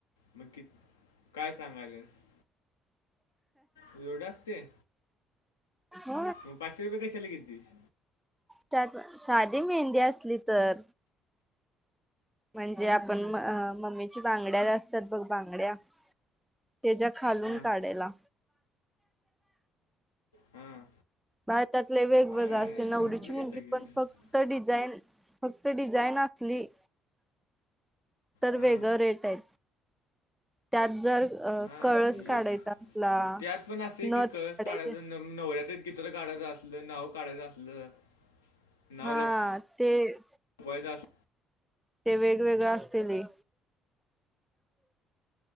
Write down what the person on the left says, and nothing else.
मग कि काय सांगालेस एवढ असते.
मग पाचशे रुपये कशाला घेतीस.
हां
हां
अरे
आहे
भरपूर
घेता की
मग
हां
हां
म्हणजे
त्यात पण असे की
कळस
काढायच न नवऱ्याच चित्र काढायचं असलं, नाव काढायचं असलं, नाव
लप
वैदास